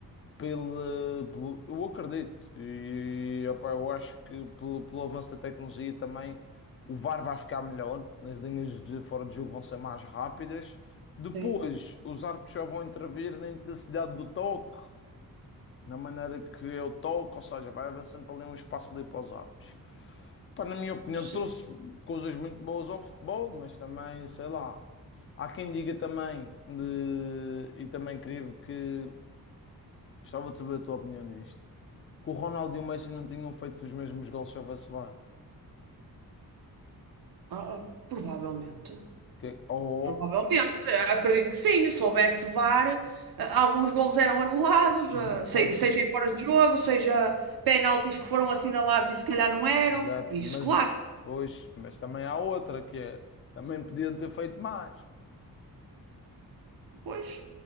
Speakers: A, on the left; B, on the right.
A: pela, pelo, eu acredito e opá, eu acho que pelo, pelo avanço da tecnologia também o VAR vai ficar melhor, as linhas de fora de jogo vão ser mais rápidas. Depois,
B: Sim,
A: os árbitros já vão intervir na intensidade do toque, na maneira que é o toque, ou seja, vai haver sempre ali um espaço ali para os árbitros. Pá, na minha opinião,
B: sim.
A: trouxe coisas muito boas ao futebol, mas também, sei lá, há quem diga também, de, e também creio que gostava de saber a tua opinião nisto, que o Ronaldo e o Messi não tinham feito os mesmos gols se houvesse VAR.
B: Ah, ah, provavelmente.
A: Que, ou,
B: Provavelmente, é, acredito que sim. Se houvesse VAR, eh, alguns golos eram anulados,
A: <laughs>
B: eh, se-
A: ou,
B: seja em fora de jogo, seja penaltis que foram assinalados e se calhar não
A: <coughs>
B: eram.
A: exato,
B: Isso,
A: mas,
B: claro.
A: pois, mas também há outra que é, também podiam ter feito mais,
B: Pois,